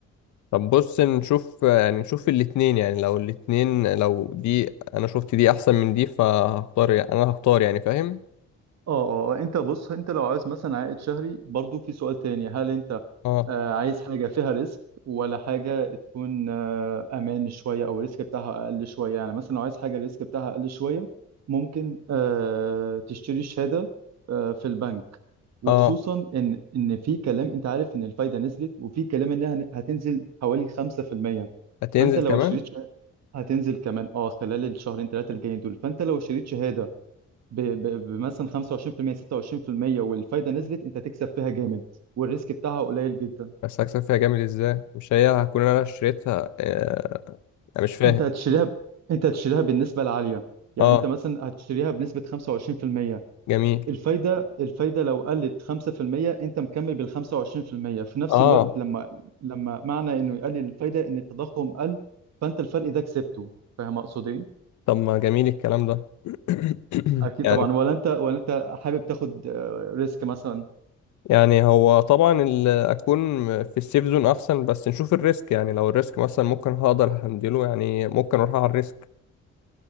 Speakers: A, on the left; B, on the right.
A: طب بص نشوف يعني نشوف الاتنين يعني لو الاتنين لو دي انا شفت دي احسن من دي فهختار انا هختار يعني فاهم
B: اه اه آه. انت بص انت لو عايز مثلا عائد شهري برضو في سؤال تاني هل انت
A: اه
B: آه، عايز حاجة فيها ريسك ولا حاجة تكون آه، امان شوية او الريسك بتاعها اقل شوية يعني مثلا لو عايز حاجة الريسك بتاعها اقل شوية ممكن آه، تشتري شهادة آه، في البنك وخصوصا
A: اه
B: ان ان في كلام انت عارف ان الفايدة نزلت وفي كلام انها هتنزل حوالي 5%
A: هتنزل
B: فانت لو
A: كمان
B: اشتريت شهادة هتنزل كمان اه خلال الشهرين ثلاثة الجايين دول فانت لو شريت شهادة ب- ب- بمثلا 25% 26% والفايده نزلت انت تكسب فيها جامد والريسك بتاعها قليل جدا
A: بس هكسب فيها جامد ازاي مش هي هكون انا اشتريتها آه. انا مش فاهم
B: انت هتشتريها ب... انت هتشتريها بالنسبه العاليه يعني
A: اه
B: انت مثلا هتشتريها بنسبه 25%
A: جميل
B: الفايده الفايده لو قلت 5% انت مكمل بال 25% في المية. في نفس
A: اه
B: الوقت لما لما معنى انه يقلل الفايده ان التضخم قل فانت الفرق ده كسبته فاهم اقصد ايه؟
A: طب ما جميل الكلام ده <coughs>
B: اكيد
A: يعني
B: طبعا ولا انت ولا انت حابب تاخد آه، ريسك مثلا
A: يعني هو طبعا ال- اكون في السيف زون احسن بس نشوف الريسك يعني لو الريسك مثلا ممكن هقدر هندله يعني ممكن اروح على الريسك